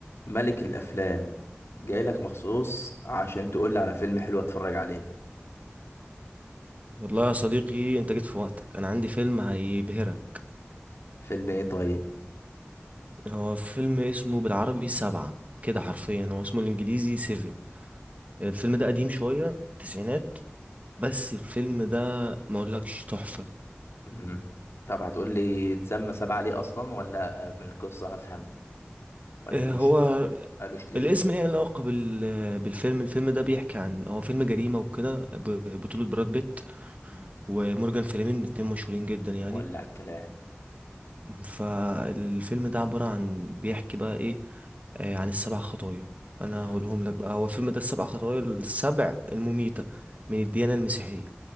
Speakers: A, on the left; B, on the right.
A: ملك الافلام جاي لك مخصوص عشان تقول لي على فيلم حلو اتفرج عليه
B: والله يا صديقي انت جيت في وقتك انا عندي فيلم هيبهرك
A: فيلم ايه طيب
B: هو فيلم اسمه بالعربي سبعة كده حرفيا هو اسمه الانجليزي سيفن الفيلم ده قديم شوية تسعينات بس الفيلم ده ما اقولكش تحفة
A: مم. طب هتقول لي اتسمى سبعة ليه اصلا ولا من القصة هفهم ولا
B: اه،
A: انت مش
B: هو
A: قالوش ليه
B: الاسم ليه علاقة بال... بالفيلم الفيلم ده بيحكي عن هو فيلم جريمة وكده ب- بطولة براد بيت
A: مم.
B: ومورجان فريمان اتنين مشهورين جدا يعني
A: ولا على الكلام
B: فالفيلم ده عبارة عن بيحكي بقى ايه آه، عن السبع خطايا انا
A: مم.
B: هقولهم لك بقى هو الفيلم ده السبع خطايا السبع المميتة من الديانة المسيحية